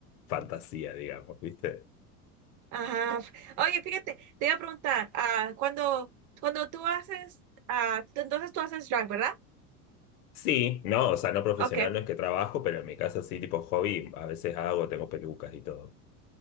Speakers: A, on the left; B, on the right.
A: fantasía, digamos, ¿viste?
B: Ajá. Oye, fíjate, te iba a preguntar, ah, cuando, cuando tú haces, ah, tú- entonces tú haces drag, ¿verdad?
A: Sí, no, o sea, no profesional
B: Ok,
A: no es que trabajo, pero en mi casa sí, tipo hobby, a veces hago, tengo pelucas y todo.